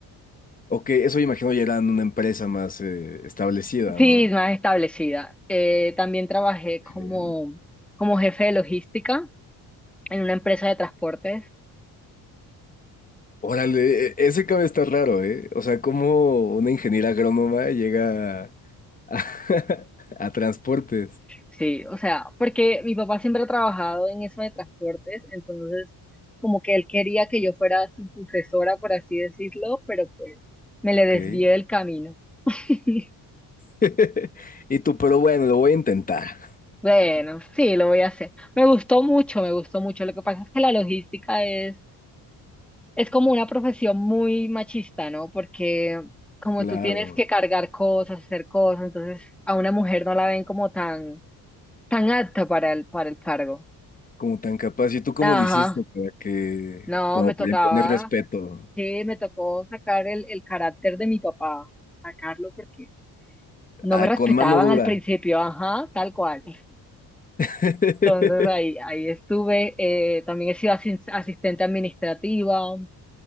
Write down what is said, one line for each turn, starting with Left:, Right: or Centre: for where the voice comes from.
Left: Ok, eso imagino ya era en una empresa más eh, establecida,
Centre: Sí,
Left: ¿no?
Centre: más establecida. Eh, también trabajé
Left: Ok.
Centre: como, como jefe de logística en una empresa de transportes.
Left: Órale, e- ese cabe está raro, ¿eh? O sea, como una ingeniera agrónoma llega a, <laughs> a transportes.
Centre: Sí, o sea, porque mi papá siempre ha trabajado en eso de transportes, entonces como que él quería que yo fuera su sucesora, por así decirlo, pero pues me le desvié
Left: Ok.
Centre: del camino. <laughs>
Left: <laughs> Y tú, pero bueno, lo voy a intentar.
Centre: Bueno, sí, lo voy a hacer. Me gustó mucho, me gustó mucho. Lo que pasa es que la logística es, es como una profesión muy machista, ¿no? Porque como
Left: Claro,
Centre: tú tienes que cargar cosas, hacer cosas, entonces a una mujer no la ven como tan, tan apta para el, para el cargo.
Left: como tan capaz. ¿Y tú cómo
Centre: Ajá,
Left: le hiciste para que,
Centre: no,
Left: como
Centre: me tocaba.
Left: para imponer respeto?
Centre: Sí, me tocó sacar el, el carácter de mi papá, sacarlo porque no
Left: Ah,
Centre: me respetaban
Left: con mano dura.
Centre: al principio, ajá, tal cual.
Left: <laughs>
Centre: Entonces ahí, ahí estuve, eh, también he sido asis- asistente administrativa,